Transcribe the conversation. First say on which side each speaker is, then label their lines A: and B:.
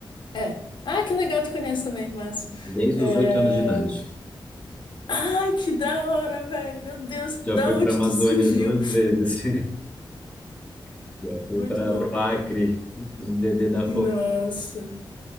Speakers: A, on the left; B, on the left.
A: é. Ah, que legal, tu conhece também, Márcio.
B: Desde
A: É...
B: os oito anos de idade.
A: Ai, que da hora, velho. Meu Deus,
B: Já
A: da
B: fui
A: onde
B: para a Amazônia
A: tu surgiu?
B: duas vezes. <laughs> Já fui
A: Muito
B: para
A: bom.
B: o Acre, o bebê da
A: Nossa.
B: fome.